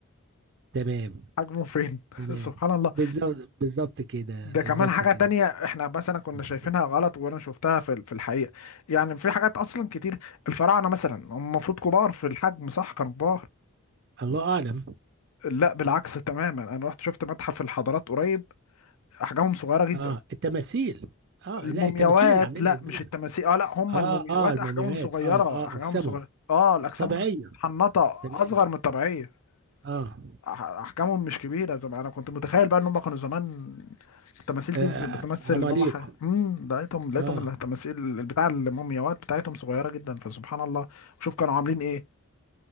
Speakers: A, on the right; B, on the left.
A: تمام
B: حجمه فين
A: تمام
B: <laughs> سبحان الله
A: بالظبط بالظبط كده
B: ده
A: بالظبط
B: كمان حاجة
A: كده
B: تانية احنا مثلا كنا
A: مم.
B: شايفينها غلط وانا شفتها في ال- في الحقيقة يعني في حاجات اصلا كتير الفراعنة مثلا هم المفروض كبار في الحجم صح كانوا كبار
A: الله اعلم
B: لا بالعكس تماما انا رحت شفت متحف الحضارات قريب احجامهم صغيرة جدا
A: اه التماثيل اه
B: المومياوات
A: لا التماثيل اللي عاملينها
B: لا
A: كبيره
B: مش التماثيل اه لا هم
A: اه
B: المومياوات
A: اه المومياوات
B: احجامهم صغيرة
A: اه اه
B: احجامهم
A: اجسامهم
B: صغيرة اه الاجسام
A: طبيعيه
B: محنطة
A: تمام
B: اصغر من الطبيعية
A: اه,
B: أح- احجامهم مش كبيره زي ما انا كنت متخيل بقى ان هم كانوا زمان التماثيل
A: آه
B: دي بتمثل
A: عماليق
B: ان هم ح... امم لقيتهم لقيتهم
A: اه
B: التماثيل البتاع المومياوات بتاعتهم صغيره جدا فسبحان الله شوف كانوا عاملين ايه